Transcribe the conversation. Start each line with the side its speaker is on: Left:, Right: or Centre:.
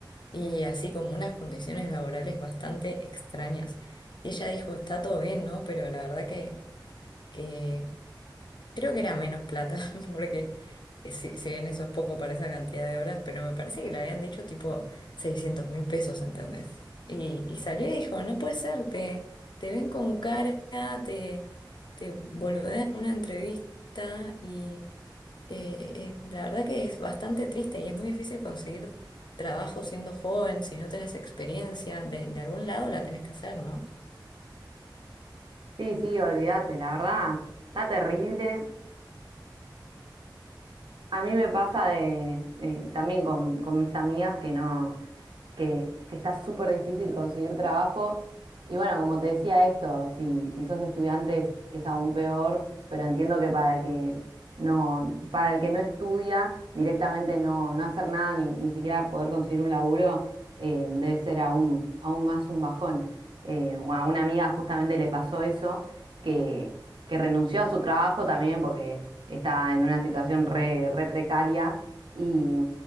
Left: y así como unas condiciones laborales bastante extrañas. Y ella dijo, está todo bien, ¿no? Pero la verdad que, que creo que era menos plata, <laughs> porque eh, si, si bien eso es poco para esa cantidad de horas, pero me parece que le habían dicho tipo seiscientos mil pesos, ¿entendés? Y, y salió y dijo, no puede ser, te, te ven con cara, te, te boludean en una entrevista y eh, eh, la verdad que es bastante triste y es muy difícil conseguir trabajo siendo joven, si no tenés experiencia, de, de algún lado la tenés que hacer, ¿no?
Right: Sí, sí, olvídate, la verdad, está terrible. A mí me pasa de, eh, también con, con mis amigas que no. que, que está súper difícil conseguir trabajo. Y bueno, como te decía esto, si, si sos estudiante es, es aún peor, pero entiendo que para el que no, para el que no estudia, directamente no, no hacer nada, ni, ni siquiera poder conseguir un laburo, eh, debe ser aún, aún más un bajón. Eh, o a una amiga justamente le pasó eso, que, que renunció a su trabajo también porque estaba en una situación re, re precaria. Y,